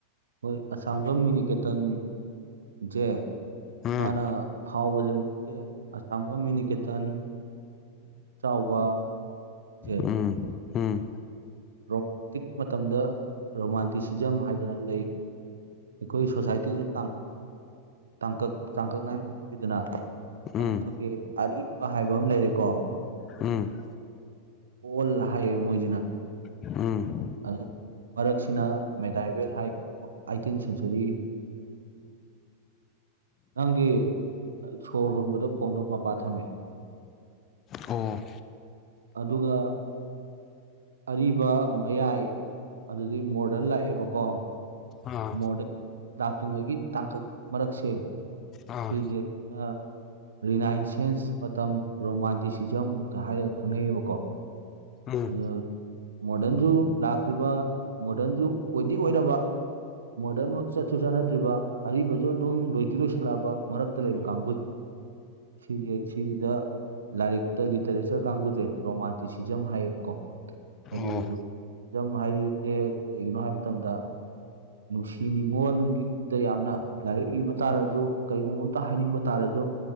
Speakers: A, on the right; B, on the left.
A: ꯍꯣꯏ ꯑꯁꯥꯡꯕꯝ ꯃꯤꯅꯤꯀꯦꯇꯟ ꯖꯦ
B: ꯎꯝ
A: ꯃꯥꯅ ꯐꯥꯎꯕꯖꯦ <unintelligible> ꯑꯁꯥꯡꯕꯝ ꯃꯤꯅꯤꯀꯦꯇꯟ ꯆꯥꯎꯕ ꯖꯦ
B: ꯎꯝ ꯎꯝ
A: ꯔꯣꯞ ꯇꯤꯛ ꯃꯇꯝꯗ ꯔꯣꯃꯥꯟꯇꯤꯁꯤꯖꯝ ꯍꯥꯏꯗꯅ ꯂꯩ ꯑꯩꯈꯣꯏ ꯁꯣꯁꯥꯏꯇꯤꯗ ꯇꯥꯡ ꯇꯥꯡꯀꯛ ꯇꯥꯡꯀꯛ ꯅꯥꯏꯅ ꯄꯨꯏꯗꯅ
B: ꯎꯝ
A: ꯑꯩꯈꯣꯏꯒꯤ ꯑꯔꯤꯕ ꯍꯥꯏꯕ ꯑꯃꯥ ꯂꯩꯔꯦꯀꯣ
B: ꯎꯝ
A: ꯑꯣꯜ ꯍꯥꯏꯌꯦ ꯃꯣꯏꯖꯤꯅ
B: ꯎꯝ
A: ꯑꯗꯩ ꯃꯔꯛꯁꯤꯅ ꯃꯦꯗꯥꯏꯕꯦꯜ ꯍꯥꯏ ꯑꯩꯇꯤꯟ ꯁꯦꯟꯆꯨꯔꯤ ꯅꯪꯒꯤ ꯁꯣꯔ ꯍꯣꯟꯕꯗ ꯐꯣꯟꯗꯣ ꯃꯄꯥ ꯊꯝꯃꯦ
B: ꯑꯣ
A: ꯑꯗꯨꯒ ꯑꯔꯤꯕ ꯃꯌꯥꯏ ꯑꯗꯨꯗꯩ ꯃꯣꯔꯗꯔꯟ ꯂꯥꯛꯑꯦꯕꯀꯣ
B: ꯑꯥ
A: ꯃꯣꯗꯔꯟ ꯂꯥꯛꯇ꯭ꯔꯤꯉꯩꯒꯤ ꯇꯥꯡꯀꯛ ꯃꯔꯛꯁꯦ
B: ꯑꯥ
A: ꯁꯤꯖꯦ ꯑ ꯔꯤꯅꯥꯏꯟ ꯁꯦꯟꯁ ꯃꯇꯝ ꯔꯣꯃꯥꯟꯇꯤꯁꯤꯖꯝꯒ ꯍꯥꯏꯔꯒ ꯈꯪꯅꯩꯑꯕꯀꯣ
B: ꯎꯝ
A: ꯑꯗꯣ ꯃꯣꯗꯔꯟꯖꯨ ꯂꯥꯛꯇ꯭ꯔꯤꯕ ꯃꯣꯗꯔꯟꯖꯨ ꯑꯣꯏꯗꯤ ꯑꯣꯏꯔꯕ ꯃꯣꯗꯔꯟ ꯃꯛ ꯆꯠꯁꯨ ꯆꯠꯅꯗ꯭ꯔꯤꯕ ꯑꯔꯤꯕꯖꯨ ꯑꯗꯨꯝ ꯂꯣꯏꯗꯤ ꯂꯣꯏꯁꯤꯜꯂꯛꯑꯕ ꯃꯔꯛꯇ ꯂꯩꯕ ꯀꯥꯡꯕꯨ ꯁꯤꯖꯦ ꯁꯤꯒꯤꯗ ꯂꯥꯏꯔꯤꯛꯇ ꯂꯤꯇꯔꯦꯆꯔ ꯀꯥꯡꯕꯨꯁꯦ ꯔꯣꯃꯥꯟꯇꯤꯁꯤꯖꯝ ꯍꯥꯏꯌꯦꯕꯀꯣ
B: ꯑꯣ
A: ꯍꯥꯏꯗꯤ ꯔꯣꯖꯝ ꯍꯥꯏꯔꯤꯁꯦ ꯀꯩꯒꯤꯅꯣ ꯍꯥꯏꯕ ꯃꯇꯝꯗ ꯅꯨꯡꯁꯤ ꯅꯤꯉꯣꯟꯒꯤ ꯗ ꯌꯥꯝꯅ ꯂꯥꯏꯔꯤꯛ ꯏꯕ ꯇꯥꯔꯁꯨ ꯀꯔꯤꯒꯨꯝꯕ ꯑꯝꯇ ꯍꯥꯏꯅꯤꯡꯕ ꯇꯥꯔꯁꯨ